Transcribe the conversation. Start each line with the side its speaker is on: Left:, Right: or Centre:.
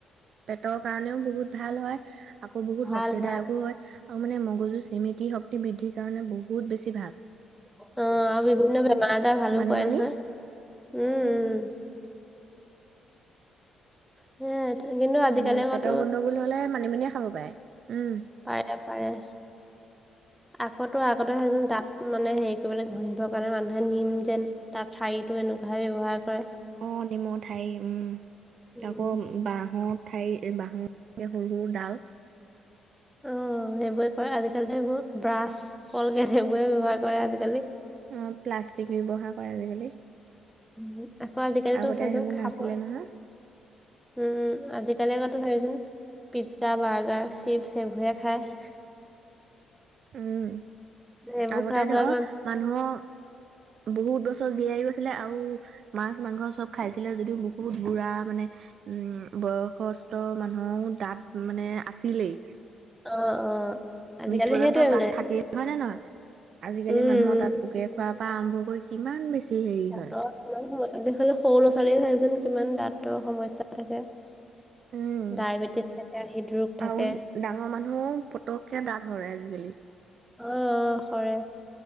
Right: পেটৰ কাৰণেও বহুত ভাল হয় আকৌ বহুত
Centre: ভাল
Right: শক্তিদায়কো
Centre: ভাল
Right: হয় আৰু মানে মগজুৰ চিমিতি শক্তিৰ বৃদ্ধিৰ কাৰণে বহুত বেছি ভাল।
Centre: অ', আৰু বিভিন্ন বেমাৰ এজাৰ ভালো
Right: মানিমুনি
Centre: কৰে নহয়, উম, উম। সেয়াই, কিন্তু আজিকালি
Right: মানে
Centre: আকৌ
Right: পেটৰ
Centre: তো
Right: গণ্ডগোল হলে মানিমুনিয়ে খাব পাৰে, উম
Centre: পাৰে পাৰে।
Right: <inaudible>
Centre: আকৌ তো আগতে দাঁত মানে হেৰি কৰিব ঘঁহিবৰ কাৰণে মানুহে নিম যেন তাৰ ঠাৰিতটো এনেকুৱাহে ব্যৱহাৰ কৰে।
Right: অ', নিমৰ ঠাৰি উম,
Centre: উম
Right: আকৌ বাঁহত ঠাই বা <unintelligible> সৰু সৰু ডাল
Centre: অ', সেইবোৰে কৰে, আজিকালি এইবোৰ ব্ৰাছ কলগেট সেইবোৰে ব্যৱহাৰ কৰে আজিকালি।
Right: অ', প্লাষ্টিক ব্যৱহাৰ কৰে আজিকালি।
Centre: উ, আকৌ আজিকালি
Right: আগতে
Centre: তো চাবিচোন
Right: সেইবোৰ
Centre: খাবৰ
Right: নাছিলে নহয়
Centre: উম, আজিকালি আকৌতো চাবিচোন পিজ্জা, বাৰ্গাৰ, চিপছ এইবোৰে খায়।
Right: উম,
Centre: সেইবোৰ
Right: আগতে
Centre: খোৱাৰ
Right: ধৰ
Centre: ফলত
Right: মানুহৰ বহুত বছৰ জীয়াইও আছিলে, আৰু মাছ মাংস চব খাইছিলে যদিও বহুত বুঢ়া মানে উম, বয়সস্থ মানুহৰো দাঁত মানে আছিলেই।
Centre: অ', অ'। আজিকালি
Right: মৃত পৰ্যন্ত
Centre: সেইটোৱে
Right: দাঁত
Centre: মানে
Right: থাকেই হয় <unintelligible> নে নহয় আজিকালি
Centre: উম,
Right: মানুহৰ দাঁত পোকে ক <unintelligible> পৰা আৰম্ভ কৰি কিমান বেছি হেৰি
Centre: উম,
Right: হয়
Centre: আজিকালি সৰু ল'ৰা ছোৱালীয়ে চাবিচোন কিমান দাঁতৰ সমস্যা থাকে
Right: উম
Centre: ডায়েবেটিছ থাকে, হৃদৰোগ থাকে।
Right: আৰু ডাঙৰ মানুহৰো পতককে দাঁত সৰে আজিকালি।
Centre: অ', অ', সৰে